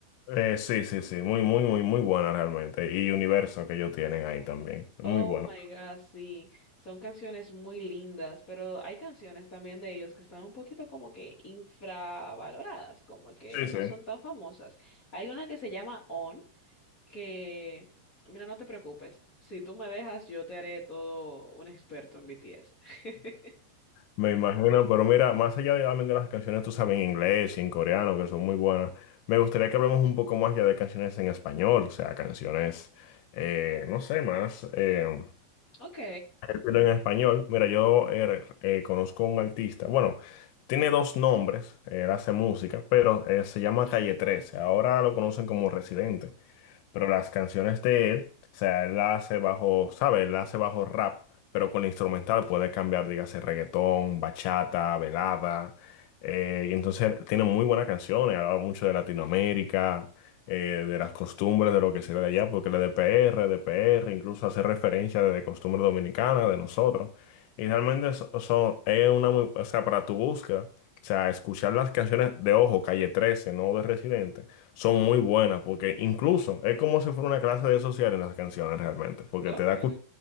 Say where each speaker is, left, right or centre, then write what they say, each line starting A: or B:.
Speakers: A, on the left (about 85°); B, on the left (about 30°).
A: Eh, sí, sí, sí, muy, muy, muy, muy buena realmente. Y universo que ellos tienen ahí también. Muy
B: Oh
A: bueno.
B: my God, sí. Son canciones muy lindas, pero hay canciones también de ellos que están un poquito como que infravaloradas, como que
A: Sí,
B: no
A: sí.
B: son tan famosas. Hay una que se llama On. que, mira, no te preocupes, si tú me dejas, yo te haré todo un experto en BTS. <laughs>
A: Me imagino, pero mira, más allá de obviamente, las canciones, tú sabes, en inglés y en coreano, que son muy buenas, me gustaría que hablemos un poco más ya de canciones en español, o sea, canciones, eh, no sé, más, eh,
B: Ok,
A: pero en español. Mira, yo eh, eh, conozco un artista, bueno, tiene dos nombres, él hace música, pero eh, se llama Calle 13, ahora lo conocen como Residente. pero las canciones de él, o sea, él la hace bajo, ¿sabes? Él la hace bajo rap, pero con la instrumental puede cambiar, dígase, reggaetón, bachata, velada. eh, y entonces tiene muy buenas canciones, habla mucho de Latinoamérica, eh, de las costumbres, de lo que se ve de allá, porque él es de PR, de PR, incluso hace referencia de costumbres dominicanas, de nosotros. Y realmente eso, eso es una muy, o sea, para tu búsqueda, o sea, escuchar las canciones de Ojo, Calle trece, no de Residente, son muy buenas, porque incluso es como si fuera una clase de social en las canciones realmente, porque
B: ok.
A: te da, cul-